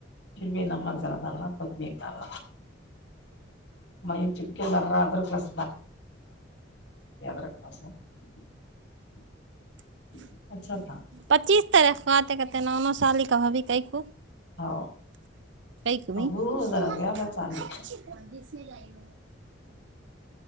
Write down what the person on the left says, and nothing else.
شھربے نمک زر دالنا ک مت ال مئیین چپ کے دررار کس <unintelligible> <unintelligible>
اچھا تھا
ہاں ابو
ذرا زیادہ اچانک